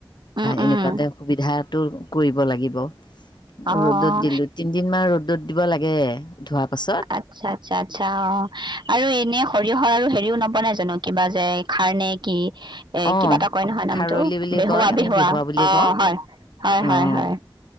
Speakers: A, on the right (about 70°); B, on the left (about 70°).
A: উম
B: এনেকুৱাতে
A: উম
B: সুবিধাটো কৰিব ব লাগিব
A: অ
B: ৰ'দত দিলোঁ। তিনিদিনমান ৰ'দ ৰ'দত দিব লাগে ধোৱাৰ পাছত
A: আচ্ছা, আচ্ছা, আচ্ছা, অ', আৰু এনে সৰিয়হৰ আৰু হেৰিও নপোৱা নাই জানো কিবা যে খাৰ নে কি। এ
B: অঁ
A: কিবা এটা কয় নহয় নামটো
B: খাৰলি বুলি
A: বেহুৱা,
B: কয় আমি
A: বেহুৱা
B: বুলি
A: অ',
B: কওঁ
A: হয়, হয়,
B: অঁ
A: হয়, হয়,